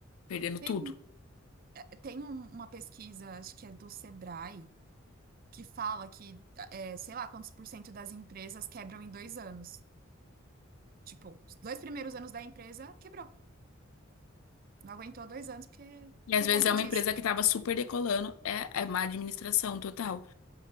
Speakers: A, on the left (about 85°); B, on the right (about 45°).
A: perdendo
B: Tem,
A: tudo.
B: tem um- uma pesquisa, acho que é do Sebrae, que fala que, é, sei lá, quantos por cento das empresas quebram em dois anos. Tipo, os dois primeiros anos da empresa quebrou. Não aguentou dois anos porque,
A: E às
B: por
A: vezes
B: conta
A: é uma
B: disso.
A: empresa que estava super decolando, é, é má administração total.